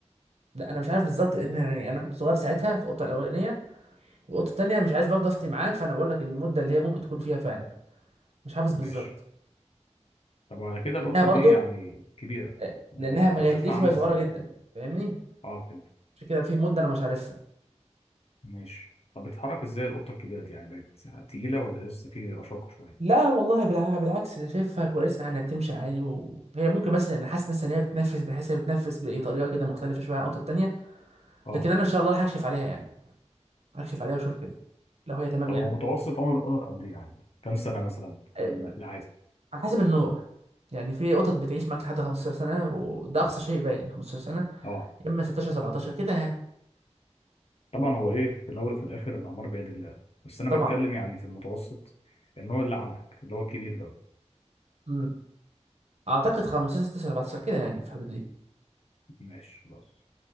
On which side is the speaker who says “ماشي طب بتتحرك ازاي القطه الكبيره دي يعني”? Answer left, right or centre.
Left